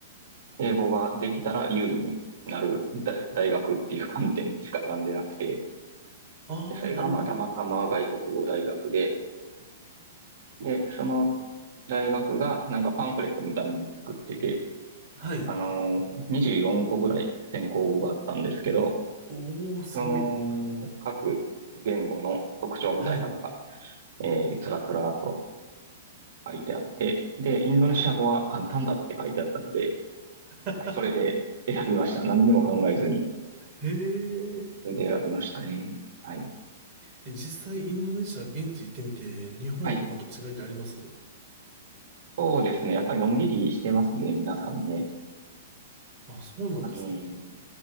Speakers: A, on the right; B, on the right.
A: 英語ができたら有利になる大、大学っていう観点でしか選んでなくて、
B: ああ、
A: で、それがまあ、
B: なるほど。
A: たまたま外国語大学で、で、その大学がなんかパンフレットみたいなのを作ってて、
B: はい。
A: あのー、24個ぐらい専攻語があったんですけど、
B: おお、すごいな。
A: その、各言語の特徴みたいなのが、
B: はい。
A: えー、つらつらと書いてあって、で、インドネシア語は簡単だって書いてあったので、
B: <laughs>
A: はい、それで選びました。何にも考えずに。
B: へえ。
A: それで選びましたね。はい。
B: え実際、インドネシア現地行ってみて、日本となんか違いってあります
A: はい。そうですね。やっぱりのんびりしてますね、皆さんね。
B: あ、そうなんですね。
A: あの、